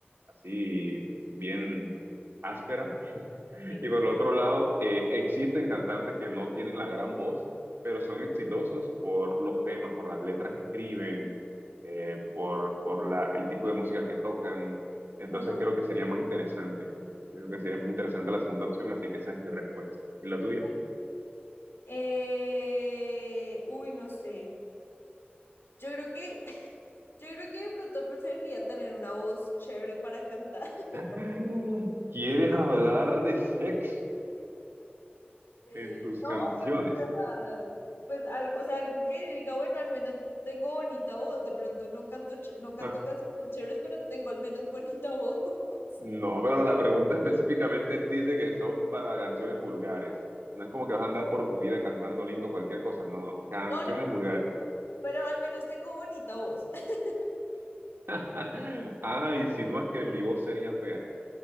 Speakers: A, on the right; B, on the left.
A: así bien áspera. Y
B: sí.
A: por el otro lado, eh, existen cantantes que no tienen la gran voz, pero son exitosos por los temas, por las letras que escriben, eh, por, por la, el tipo de música que tocan. Entonces
B: Ajá.
A: creo que sería más interesante. Creo que sería más interesante la segunda opción, así que esa es mi respuesta. ¿Y la tuya?
B: Bu- eh, uy, no sé. Yo creo que, <laughs> yo creo que de pronto preferiría tener una voz chévere para cantar. <laughs>
A: <laughs> ¿Quieres
B: Sí,
A: hablar de sexo
B: No,
A: en tus canciones?
B: pues, o sea, pues, algo, o sea, algo que diga, bueno, al menos tengo bonita voz, de pronto no canto, ch- no canto
A: <laughs>
B: canciones chéveres, pero tengo al menos bonita voz. <laughs>
A: No, pero la pregunta específicamente dice que son para canciones vulgares. No es como que vas a andar por tu vida cantando lindo cualquier cosa. No, no. Canciones
B: No, no,
A: vulgares.
B: pero al menos tengo bonita voz. <laughs>
A: <laughs> Ah, insinúas que mi voz sería fea.